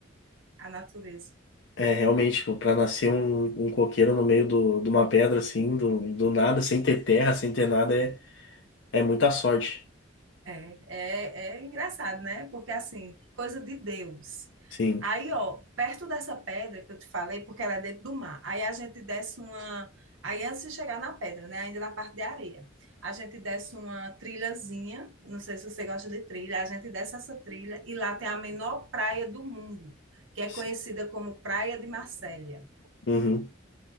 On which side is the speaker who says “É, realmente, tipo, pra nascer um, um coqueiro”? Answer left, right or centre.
Left